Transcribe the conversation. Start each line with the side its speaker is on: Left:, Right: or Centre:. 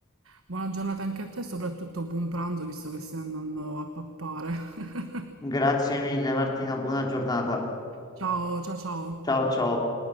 Right: Buona giornata anche a te, soprattutto buon pranzo, visto che stai andando a pappare. <laughs>
Left: Grazie mille, Martina, buona giornata.
Right: Ciao, ciao, ciao.
Left: Ciao ciao.